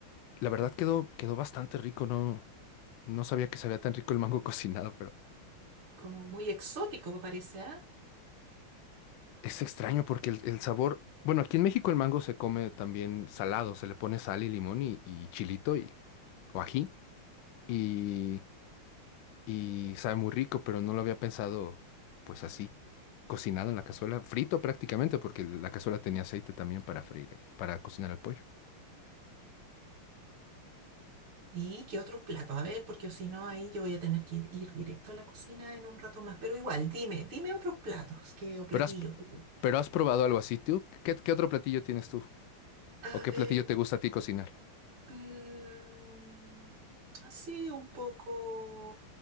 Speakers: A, on the left; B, on the right.
A: la verdad quedó, quedó bastante rico, no, no sabía que sabía tan rico el mango <laughs> cocinado, pero
B: Como muy exótico, me parece, ¿ah?
A: Es extraño porque el, el sabor, bueno, aquí en México el mango se come también salado, se le pone sal y limón y, y chilito y, o ají y, y sabe muy rico, pero no lo había pensado pues así, cocinado en la cazuela, frito prácticamente porque la cazuela tenía aceite también para freír, el- para cocinar el pollo.
B: ¿Y qué otros platos? A ver, porque si no, ahí yo voy a tener que ir, ir directo a la cocina en un rato más. Pero igual, dime, dime otros platos que, o platillos,
A: Pero has,
B: tipo.
A: pero has probado algo así, ¿tú? ¿Qué, qué otro platillo tienes tú?
B: A
A: ¿O qué
B: ver,
A: platillo te gusta a ti cocinar?
B: mm, sí, un poco